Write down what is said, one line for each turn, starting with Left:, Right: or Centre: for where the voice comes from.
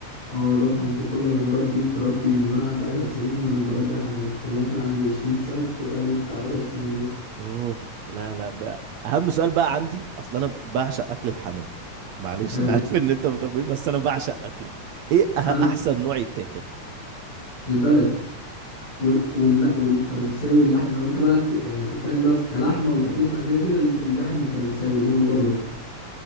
Left: اه بفهم في كله انا مربي بربي من وانا عندي 10 سنين وانا بربي حمام دلوقتي انا عندي 20 سنه فبقى لي بتاع 10 سنين اهو
Right: اوف لا لا ده اهم سؤال بقى عندي اصلا انا بعشق اكل الحمام معلش
Left: حلو
Right: انا عارف ان انت بتربيه بس انا بعشق اكله ايه أه-
Left: انا
Right: احسن نوع يتاكل
Left: البلدي وال وال والفرنساوي اللحم لو انت بقى هت- يعني هتتكلم بقى في كلحمه وهتدفع كده كده اللحم الفرنساوي اللي هو الابيض